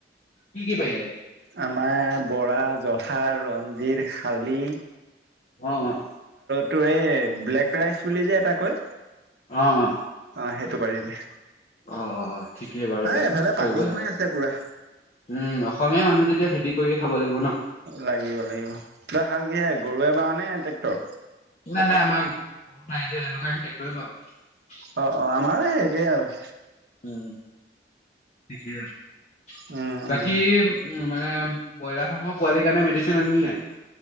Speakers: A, on the left; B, on the right.
A: কি কি পাৰিলে?
B: আমাৰ বৰা জহা ৰঞ্জিত শালি।
A: অ অ।
B: ত এই ব্লেক ৰাইচ বুলি যে এটা কৈ।
A: অ অ।
B: অ সেইটো পাৰি নে?
A: অ অ ঠিকেই বাৰু দে
B: এইফালে
A: কৰিব
B: পানী
A: লাগে
B: হৈ আছে পুৰা
A: উম অসমীয়া মানুহ যেতি খেতি কৰিয়ে খাব লাগিব। ন।
B: লাগিব লাগিব তই হাল কিহে গৰুৱে বাও নে ট্ৰেক্টৰ।
A: নাই নাই আমাৰ গৰু নাই যে সেইটো কাৰণে টেক্টুৰে বাও।
B: অ অ আমাৰ একেই আৰু।
A: উম ঠিকেই আছে
B: উম
A: বাকী
B: উম
A: উ মানে ব্ৰইলাৰ ফাৰ্মৰ পোৱালি কাৰণে মেডিচিন আনিলি নাই